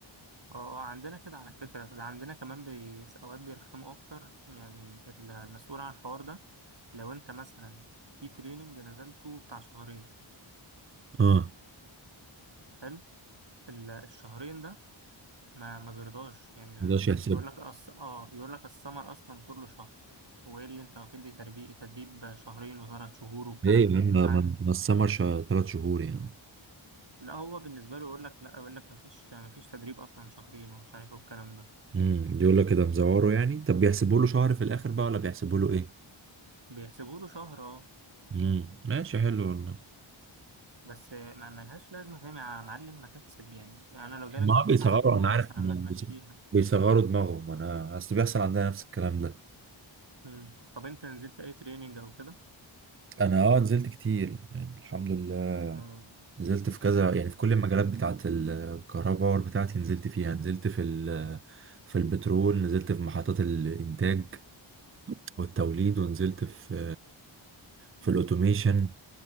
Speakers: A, on the right; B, on the right.
A: اه عندنا كده على فكرة ده عندنا كمان بي... أوقات بيرخموا أكتر يعني المسؤول عن الحوار ده لو أنت مثلا في تريننج نزلته بتاع شهرين
B: اه
A: حلو ال- الشهرين ده ما ما بيرضاش يعني ما
B: مقدرش
A: بيوافقش
B: يحسب
A: يقول لك أص... اه يقول لك السمر اصلا كله شهر وايه اللي انت واخد لي تربي... تدريب شهرين وثلاث شهور والكلام
B: ايه
A: ده
B: يا عم
A: مش
B: ما
A: عندي
B: ما- ما السمر ثلاث شهور يعني
A: لا هو بالنسبه له يقول لك لا يقول لك ما فيش ما فيش تدريب اصلا شهرين ومش عارف ايه والكلام ده
B: امم يقول لك كده مزوره يعني طب بيحسبوا له شهر في الاخر بقى ولا بيحسبوا له ايه
A: بيحسبوا له شهر اه
B: امم ماشي حلو والله
A: بس ما ما لهاش لازمه فاهم يا معلم ما تحسب يعني يعني انا لو جالك
B: ما
A: بتسع
B: هو بيصغروا
A: شهور
B: انا عارف
A: مثلا
B: إن
A: ما تمشيها
B: بيص- بيصغروا دماغهم انا اصل بيحصل عندنا نفس الكلام ده
A: مم. طب انت نزلت اي تريننج او كده
B: انا اه نزلت كتير يعني الحمد لله
A: اه
B: نزلت في كذا يعني في كل المجالات بتاعه الكهرباء باور بتاعتي نزلت فيها نزلت في ال- في البترول نزلت في محطات الانتاج والتوليد ونزلت في في الاوتوميشن